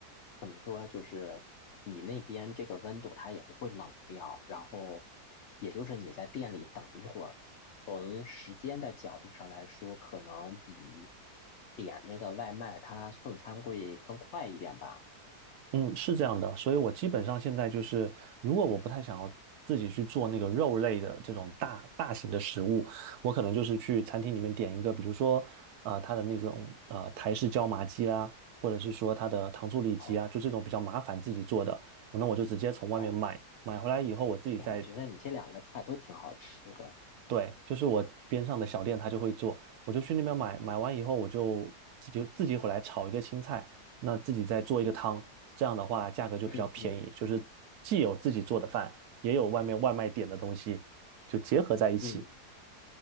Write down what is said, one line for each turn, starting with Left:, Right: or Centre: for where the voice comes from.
Left: 怎么说，就是你那边这个温度它也不会冷掉，然后也就是你在店里等一会儿，从时间的角度上来说，可能比点那个外卖它送餐会更快一点吧。
Right: 嗯，是这样的，所以我基本上现在就是，如果我不太想要自己去做那个肉类的这种大大型的食物，我可能就是去餐厅里面点一个，比如说，呃，它的那种呃台式椒麻鸡啦，或者是说它的糖醋里脊啊，
Left: 哦
Right: 就这种比较麻烦自己做的，那我就直接从外面买，
Left: 哦，
Right: 买回来以后我自己再
Left: 哎，我觉得你这两个菜都挺好吃的。
Right: 对，就是我边上的小店，他就会做，我就去那边买，买完以后我就自己自己回来炒一个青菜，那自己再做一个汤，这样的话价格就比较便宜，
Left: 嗯嗯
Right: 就是既有自己做的饭，也有外面外卖点的东西，就结合在一起。
Left: 嗯。